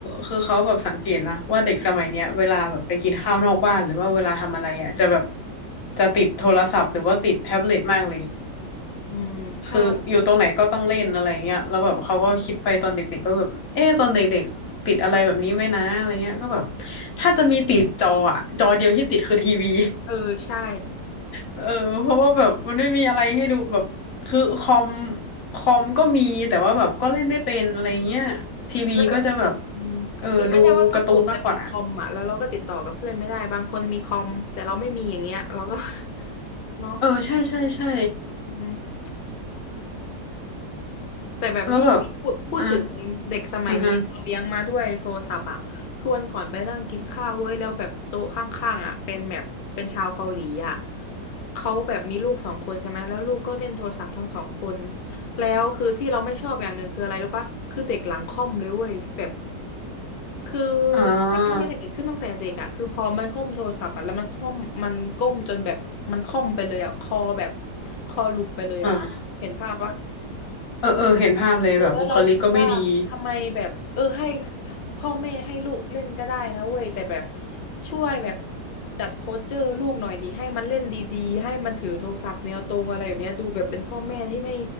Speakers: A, on the left; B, on the left.
A: คือเขาแบบสังเกตนะว่าเด็กสมัยเนี้ยเวลาแบบไปกินข้าวนอกบ้านหรือว่าเวลาทำอะไรอ่ะจะแบบจะติดโทรศัพท์หรือว่าติดแท็บเล็ตมากเลย
B: อืมใช่
A: คืออยู่ตรงไหนก็ต้องเล่นอะไรเงี้ยแล้วแบบเขาก็คิดไปตอนเด็กๆก็แบบเอ๊ะตอนเด็กๆติดอะไรแบบนี้ไหมนะอะไรเงี้ยก็แบบถ้าจะมีติดจออ่ะจอเดียวที่ติดคือทีวี
B: เออใช่
A: เออเพราะว่าแบบมันไม่มีอะไรให้ดูแบบคือคอมคอมก็มีแต่ว่าแบบก็เล่นไม่เป็นอะไรเงี้ยทีวีก็จะแบบ
B: แล้วแบบอืมแล้วไม่ใช่ว่าทุกคนจะมีคอมอ่ะแล้วเราก็ติดต่อกับเพื่อนไม่ได้บางคนมีคอมแต่เราไม่มีอย่างเงี้ยเราก็
A: เออดูการ์ตูนมากกว่า
B: <laughs> เนาะ
A: เออใช่ใช่ใช่
B: อืม แต่แบบนี่พูดพูดถึงเด็กสมัยนี้เราเลี้ยงมาด้วยโทรศัพท์อ่ะคือวันก่อนไปนั่งกินข้าวเว้ยแล้วแบบโต๊ะข้างๆอ่ะเป็นแบบเป็นชาวเกาหลีอ่ะ
A: แล้วแบบอ่ะอ่าฮะ
B: เขาแบบมีลูกสองคนใช่ไหมแล้วลูกก็เล่นโทรศัพท์ทั้งสองคนแล้วคือที่เราไม่ชอบอย่างหนึ่งคืออะไรรู้ปะคือเด็กหลังค่อมเลยเว้ยแบบคือ
A: อ่า
B: ไม่คิดว่ามันจะเกิดขึ้นตั้งแต่เด็กอ่ะคือพอมันก้มโทรศัพท์อ่ะแล้วมันค่อมมันก้มจนแบบมันค่อมไปเลยอ่ะคอแบบคอหลุบไปเลยอ่ะเห็นภาพปะ
A: อ่าเออเออเห็นภาพเลยแบบบุคลิกก็ไม่ดี
B: เออแล้วเรารู้สึกว่าทำไมแบบเออให้พ่อแม่ให้ลูกเล่นก็ได้นะเว้ยแต่แบบช่วยแบบจัดโพสเจอร์ลูกหน่อยดีให้มันเล่นดีๆให้มันถือโทรศัพท์แนวตรงอะไรแบบเนี้ยดูแบบเป็นพ่อแม่ที่ไม่